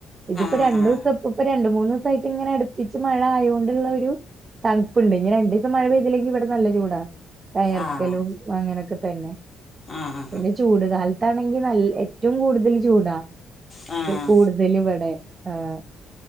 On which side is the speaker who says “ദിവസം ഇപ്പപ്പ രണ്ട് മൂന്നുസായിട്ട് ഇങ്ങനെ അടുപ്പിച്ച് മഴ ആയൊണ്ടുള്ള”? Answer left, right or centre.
Right